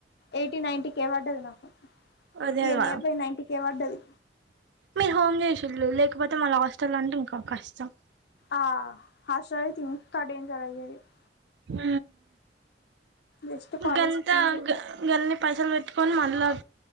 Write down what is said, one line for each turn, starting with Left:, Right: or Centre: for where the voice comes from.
Left: ఎయిటీ నైన్టీ కే పడ్డది నాకు
Right: అదే
Left: ఇగ
Right: కదా
Left: నియర్ బై నైన్టీ కే పడ్డది
Right: మీరు హోమ్ చేసిళు లేకపోతే మళ్ళ <unintelligible> అంటే ఇంకా కష్టం
Left: ఆ హాస్టల్ అయితే ఇంక <unintelligible>
Right: ఆ
Left: జస్ట్ కాలేజ్
Right: గంత
Left: ఫీజు
Right: గ గన్నీ పైసలు పెట్టుకని మల్ల